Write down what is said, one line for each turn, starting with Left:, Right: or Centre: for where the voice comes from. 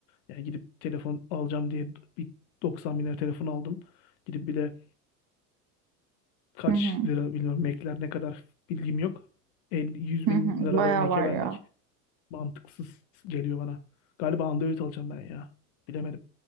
Left: Yani gidip telefon alacağım diye bir 90 bin lira telefon aldım. Gidip bir de kaç
Right: hı hı,
Left: lira bilmiyorum Mac'ler ne kadar bilgim yok. 50, 100
Right: hı
Left: bin
Right: hı.
Left: lira
Right: Bayağı
Left: da Mac'e
Right: var
Left: vermek
Right: ya.
Left: Mantıksız geliyor bana. Galiba Android alacağım ben ya. Bilemedim.